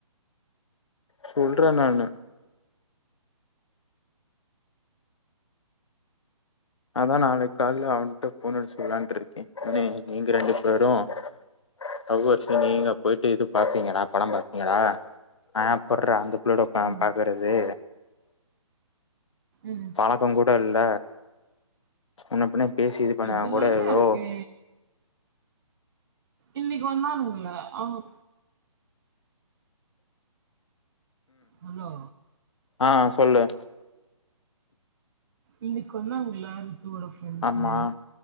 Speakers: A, on the left; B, on the right.
A: சொல்றேன் நானு அதான் நாளைக்கு கால அவனிட்ட போன் அடிச்சு வெளையாண்டுட்டு இருக்கேன் ஏ நீங்க ரெண்டு பேரும் லவர்ஸ் நீங்க போயிட்டு எதுவும் பாப்பீங்கடா படம் பாப்பீங்கடா நா எப்படிடா அந்த பிள்ளையோட உட்காந்து
B: ம்,
A: பாக்குறது
B: ம்.
A: பாலக்க அங்குட்டு இல்ல முன்ன பின்ன பேசி இது பண்ணான்
B: இதுல
A: கூட
B: என்ன
A: ஏதோ
B: இருக்கு? இன்னைக்கு வந்தானுங்கள ஆஹ் ஹலோ
A: ஆஹ் சொல்லு
B: இன்னைக்கு வந்தாங்களா உன்னோட ப்ரெண்ட்ஸு
A: ஆமா